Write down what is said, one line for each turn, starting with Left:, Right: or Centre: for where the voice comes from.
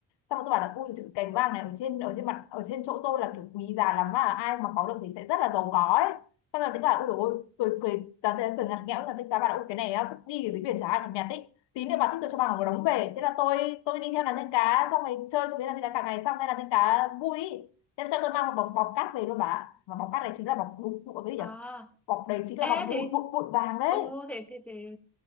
Left: xong rồi tôi bảo là ui chữ cành vàng này ở trên ở trên mặt ở trên chỗ tôi là kiểu quý giá lắm mà ai mà có được thì sẽ rất là giàu có ấy xong rồi nàng tiên cá bảo ui dồi ôi tôi cười nàng tiên cá cười ngặt nghẽo nàng tiên cá bảo là ui cái này á vứt đi cái dưới biển chả ai thèm nhặt ý tí nữa bà thích tôi cho bà một đống về thế là tôi tôi đi theo nàng tiên cá xong rồi chơi với nàng tiên cá cả ngày xong nên nàng tiên cá vui ý. thế là cho tôi mang một bọc bọc cát về luôn bà ạ. mà bọc cát này chính là bọc bụi bụi cái gì
Centre: À
Left: nhỉ bọc đấy chính
Centre: ê
Left: là bọc bụi
Centre: thế
Left: bụi, bụi vàng đấy
Centre: ồ thế thế thế